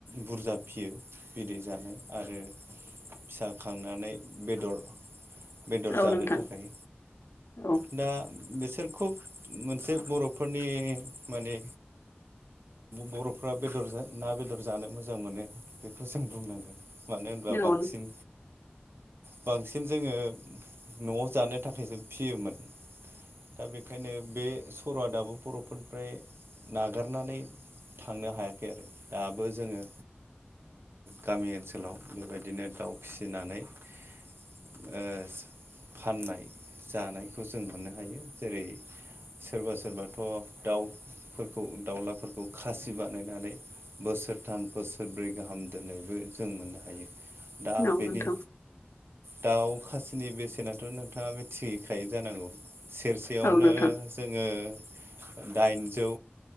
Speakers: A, on the right; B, on the left.
A: बुरजा फियो बिदै। मोन आरो फिसा खांनानै बेदर बेदर
B: औ
A: जानो
B: नोंथां
A: थाखाय
B: औ।
A: दा बिसोर खुब मोनसे बर'फोरनि माने बर'फ्रा बेदर ना बेदर जानो मोजां मोनो बेखौ जों बुंनांगोन। मानो होनबा
B: नोंथां
A: बांसिन बांसिन जोङो न'आव जानो थाखायसो फियोमोन दा बेखायनो बे सर'आ दाबो बर'फोरनिफ्राय नागारनानै थांनो हायाखै आरो दाबो जोङो गामि ओनसोलाव बेबायदिनो दाउ फिसिनानै ओ फाननाय जानायखौ जों मोननो हायो जेरै सोरबा सोरबाथ' दाउफोरखौ दाउलाफोरखौ खासि बानायनानै बोसोरथाम बोसोरब्रै गाहाम दन्नायबो जों मोननो हायो। दा
B: औ
A: बेनि
B: नोंथां औ
A: दाउ खासिनि बेसेनाथ' नोंथाङा मिथिहैखायो जानांगौ सेरसेयावनो
B: औ नोंथां
A: जोङो दाइनजौ